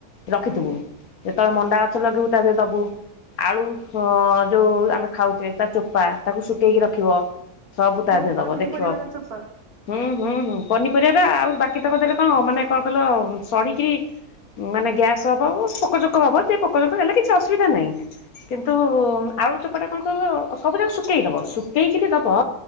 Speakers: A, on the left; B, on the right.
A: ରଖିଥିବୁ
B: ଆଜ୍ଞା
A: ଯେତେବେଳେ ମଣ୍ଡା ଗଛ ଲଗିବୁ ତା ଦେହରେ ଦବୁ ଆଳୁ ଯୋଉ ଆମେ ଖାଉଛେ ତା ଚୋପା ତାକୁ ଶୁଖେଇକି ରଖିବ ସବୁ ତା
B: ଯୋଉ
A: ଦେହରେ
B: ପନିପରିବାର
A: ଦବ ଦେଖିବ
B: ଚୋପା
A: ହୁଁ ହୁଁ ହୁଁ ପନିପରିବା ଟ ଆଉ ବାକି ତ କଦେଲେ କଣ ମାନେ କଣ କହିଲ ଶାଢ଼ୀ କିରି ମାନେ ଗ୍ୟାସ୍ ହବ ପୋକଚୋକ ହବ ସେ ପୋକଚୋକ ହେଲେ କିଛି ଅସୁବିଧା ନାହିଁ। କିନ୍ତୁ ଆଉୁ ଚୋପଟା କଣ କହିଲ ସବୁ ଯାକ ଶୁକେଇଦବ ଶୁଖେଇକିରି ଦବ